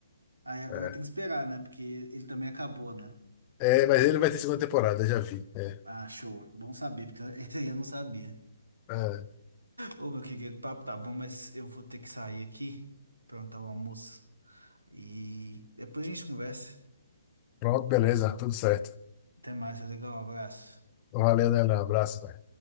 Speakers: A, on the right; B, on the left.
A: Aí agora
B: É,
A: tem que esperar, né? Porque ele também acabou, né?
B: É, mas ele vai ter segunda temporada, já vi. É,
A: Ah, show. Bom saber, porque <laughs> esse aí eu não sabia.
B: É,
A: Ô, meu querido, o papo tá bom, mas eu vou ter que sair aqui, perguntar o almoço. E depois a gente conversa.
B: pronto, beleza, tudo certo.
A: Até mais, Rodrigão. Um abraço.
B: Valeu, né? Um abraço, pai.